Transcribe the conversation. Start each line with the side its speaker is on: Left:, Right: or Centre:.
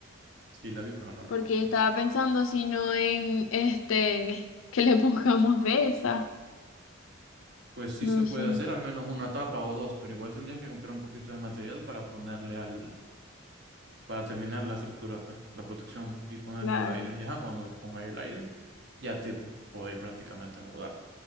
Right: Sí la vi, pero no recuerdo.
Left: Porque yo estaba pensando si no en este, que le pongamos de esa.
Right: Pues sí se
Left: No
Right: puede
Left: sé.
Right: hacer al menos una tapa o dos, pero igual tendrías que comprar un poquito de material para ponerle al, para terminar la estructura, pues, la protección y ponerse
Left: Claro.
Right: al aire. Y ajá, cuando pongáis el aire, ya te podéis prácticamente mudar.